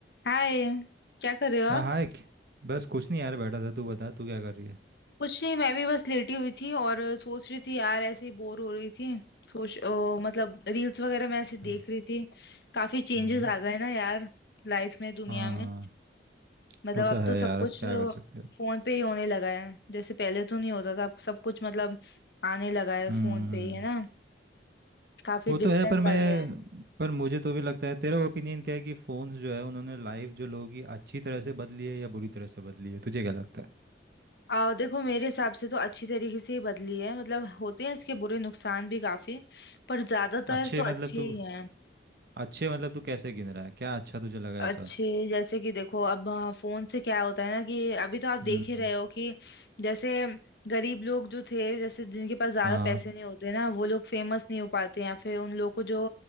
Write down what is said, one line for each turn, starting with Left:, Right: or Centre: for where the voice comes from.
Left: हाय क्या कर रहे हो आप
Right: हाँ हाय क- बस कुछ नहीं यार बैठा था तू बता तू क्या कर रही है
Left: कुछ नहीं मैं भी बस लेटी हुई थी और सोच रही थी यार ऐसे ही बोर हो रही थी सोच अ, मतलब रील्स वगैरह मैं ऐसे
Right: हाँ,
Left: देख रही थी काफी चेंजेस
Right: हम्म
Left: आ गए ना यार लाइफ में दुनिया
Right: हाँ
Left: में मतलब
Right: वो तो
Left: अब
Right: है
Left: तो सब
Right: यार
Left: कुछ
Right: अब क्या कर सकते हैं
Left: फोन पे ही होने लगा है जैसे पहले तो नहीं होता था अब सब कुछ मतलब आने लगा है
Right: हम्म
Left: फोन पे ही है ना काफी
Right: वो तो
Left: डिफरेंस
Right: है पर
Left: आ
Right: मैं
Left: गया है
Right: पर मुझे तो भी लगता है तेरा ओपिनियन क्या है कि फ़ोन्स जो है उन्होंने लाइफ जो लोगों की अच्छी तरह से बदली है या बुरी तरह से बदली है तुझे क्या लगता है
Left: आ, देखो मेरे हिसाब से तो अच्छी तरीके से ही बदली है मतलब होते हैं इसके बुरे नुकसान भी काफी पर ज्यादातर
Right: अच्छे
Left: तो
Right: मतलब
Left: अच्छे
Right: तू
Left: ही हैं
Right: अच्छे मतलब तू कैसे गिन रहा है क्या अच्छा तुझे लगा
Left: अच्छे
Right: ऐसा
Left: जैसे कि देखो अब हाँ, फोन से क्या होता है ना कि अभी तो आप देख
Right: हम्म
Left: ही रहे हो कि जैसे गरीब लोग जो थे जैसे जिनके पास ज्यादा
Right: हाँ
Left: पैसे नहीं होते ना वो लोग फेमस नहीं हो पाते या फिर उन लोग को जो